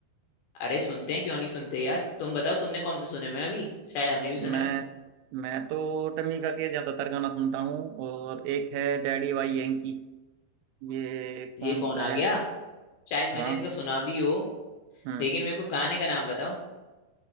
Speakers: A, on the left; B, on the right.
A: अरे सुनते हैं क्यों नहीं सुनते यार तुम बताओ तुमने कौन से सुने हुए हैं अभी शायद हमने भी सुने
B: मैं
A: हो
B: मैं तो टमीका के ज्यादातर गाना सुनता हूँ और एक है डैडी वाई यंकी ये कौन
A: ये कौन
B: सा
A: आ गया
B: है
A: शायद
B: हाँ
A: मैंने इसका सुना भी हो
B: हम्म
A: लेकिन मेरे को गाने का नाम बताओ